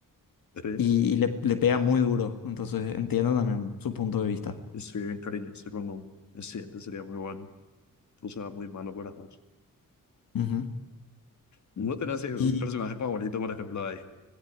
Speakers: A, on the left; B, on the left.
A: sí.
B: y, y le, le pega muy duro. Entonces entiendo también su punto de vista.
A: Es bien cariñoso con un... Es cierto, sería muy bueno. O sea, muy malo para House.
B: Ujú.
A: ¿No tenés eh, un
B: Y
A: personaje favorito, por ejemplo, de ahí?